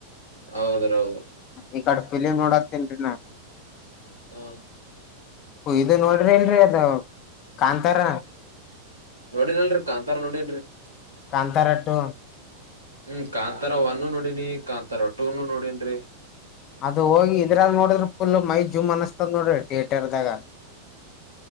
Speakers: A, on the right; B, on the left.
A: ಹೌದ್ರಿ ಹೌದು
B: ಈ ಕಡೆ ಫಿಲಿಮ್ ನೋಡತನ್ರಿೀ ನ
A: ಹಾ
B: ಇದು ನೋಡ್ರಿ ಇಲ್ರರಿ ಅದ ಕಾಂತಾರ
A: ನೋಡಿಿನ ಅಲ್ರರಿ ಕಾಂತಾರ ನೋಡಿಲ್ರಿ ಹ್ಮ
B: ಕಾಂತಾರಟ್ಟು
A: ಹ್ಮ್ ಕಾಂತಾರ ಒವನ್ನು ನೋಡಿನಿ ಕಾಂತಾರ ೂನು ನೋಡನ್ರಿ
B: ಅದು ಹೋಗಿ ಇದ್ರಲ್ ನೋಡಿದ್ರ ಫುಲ್ ಮೈ ಜೂಮ್ ಅನಸ್ತದ ನೋಡ್ರಿ ಥಿಯೇಟರ್ದಾಗ